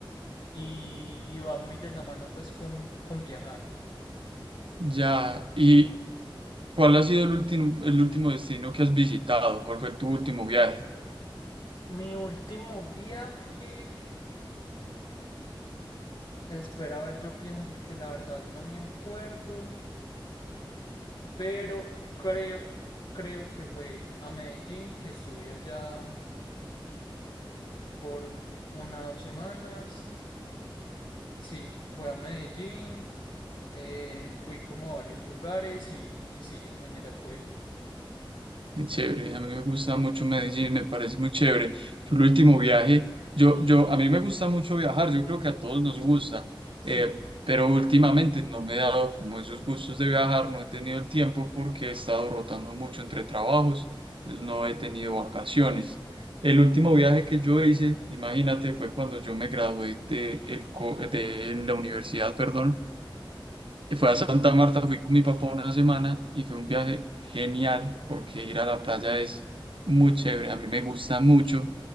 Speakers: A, on the left; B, on the right.
A: y, y va muy de la mano pues con, con viajar.
B: ya. ¿Y cuál ha sido el último, el último destino que has visitado? ¿Cuál fue tu último viaje?
A: Mi último viaje, espera a ver, yo pienso porque la verdad no me acuerdo, pero creo, creo que fue a Medellín, que estuve allá por unas dos semanas. Sí, fue a Medellín, eh, fui como a varios lugares y, y sí, en general fue eso.
B: Qué chévere, a mí me gusta mucho Medellín, me parece muy chévere. Yo el último viaje, yo, yo, a mí me gusta mucho viajar, yo creo que a todos nos gusta,
A: Sí.
B: eh, pero últimamente no me he dado como esos gustos de viajar, no he tenido el tiempo porque he estado rotando mucho entre trabajos, pues no he tenido vacaciones. El último viaje que yo hice, imagínate, fue cuando yo me gradué de, el co- de la universidad, perdón, y fue a Santa Marta, fui con mi papá una semana y fue un viaje genial porque ir a la playa es muy chévere, a mí me gusta mucho.